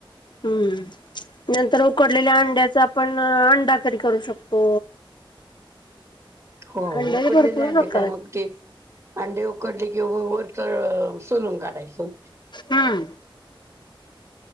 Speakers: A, on the left (about 55°); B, on the right (about 30°).
A: हम्म. नंतर उकडलेल्या अंड्याचं आपण अ अंडा करी करू शकतो.
B: हो,
A: अंड्याचे
B: उकडलेले
A: भरपूर
B: अंडे
A: प्रकार
B: काय
A: आहेत
B: मग ते अंडे उकडली कि व वरचं सोलून काढायचं.
A: हम्म